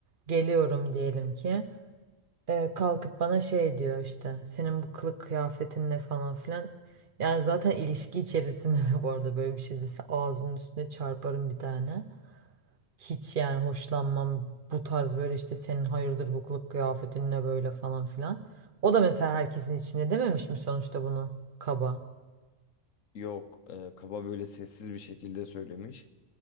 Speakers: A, on the right; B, on the left.
A: geliyorum diyelim ki. Ee, kalkıp bana şey diyor işte senin bu kılık kıyafetin ne falan filan. Yani zaten ilişki içerisinde <laughs> bu arada böyle bir şey dese ağzının üstüne çarparım bir tane. Hiç yani hoşlanmam bu tarz böyle işte senin hayırdır bu kılık kıyafetin ne böyle falan filan. O da mesela herkesin içinde dememiş mi sonuçta bunu kaba.
B: Yok, e, kaba böyle sessiz bir şekilde söylemiş.